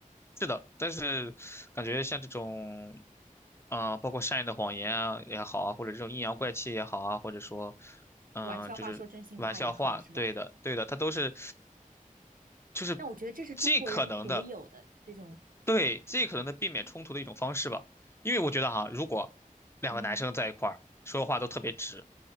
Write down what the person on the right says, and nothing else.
玩笑话说真心话也好，
是吧？
但我觉得这是中国人独有的这种，
嗯，